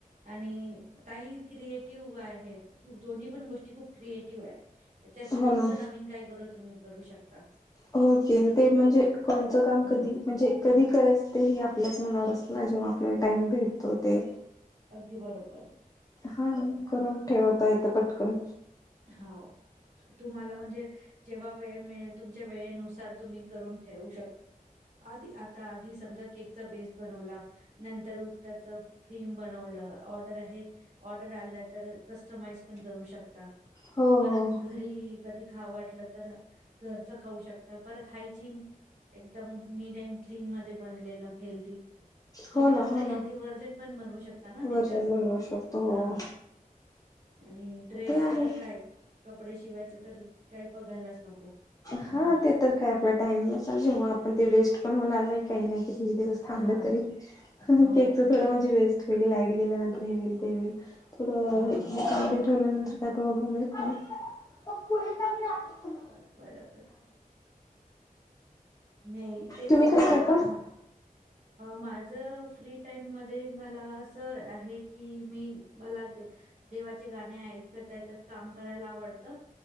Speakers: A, on the right (about 55°); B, on the left (about 25°).
A: आणि काही क्रिएटिव्ह हाय दोन्ही पण गोष्टी खूप क्रिएटिव्ह त्याच्यात रोजच
B: हो ना
A: नवीन काय करू तुम्ही करू शकता
B: होके
A: जस
B: ते म्हणजे कोणचं काम
A: हम्म
B: कधी म्हणजे कधी करायचं ते हे आपल्याच मनावर असत ना जेव्हा आपल्या टाइम भेटतो ते
A: अगदी बरोबर
B: हा करून ठेवता येतं पटकन
A: हो तुम्हाला म्हणजे जेव्हा वेळ मिळेल तुमच्या वेळेनुसार तुम्ही करून ठेवू शक आधी आधी समजा केक बेस बनवला नंतर क्रीम बनवल ऑर्डर आहे हे ऑर्डर आला तर कस्टमाइज पण करू शकता
B: हो
A: परत
B: हो
A: घरी कधी खाव वाटलं तर घरचं खाऊ शकता परत हायजीन एकदम नीट अँड क्लीन मध्ये बनलेलं हेल्दी तुम्ही
B: हो ना
A: तुमच
B: हो
A: हेल्थी
B: ना
A: व्हर्जन पण बनवू शकता ना
B: वर्जन
A: त्याच्यात
B: बनवू शकतो हो
A: हा आणि ड्रेसच
B: ते आहे
A: तर काय कपडे शिवायच तर काही बघायलाच नको
B: हा
A: हम्म.
B: ते तर काय आपला टाइमिंग असाल जेव्हा आपण ते वेस्ट पण होणार नाही काही नाही किती दिवस थांबलं
A: हां.
B: तरी केकच
A: हो.
B: थोड म्हणजे वेस्ट होईल लाईट गेल्यानंतर हे होईल थोड हच्यामध्ये
A: हो, हो.
B: ठेवल्यानंतर काय प्रॉब्लेम येत नाही मग पुढे का म
A: बर, बर नाही तेच
B: तुम्ही काय
A: म्हटलं
B: करता?
A: माझ फ्री टाईम मधे मला असं आहे की मी मला देवा गाणी ऐकत, ऐकत काम करायला आवडत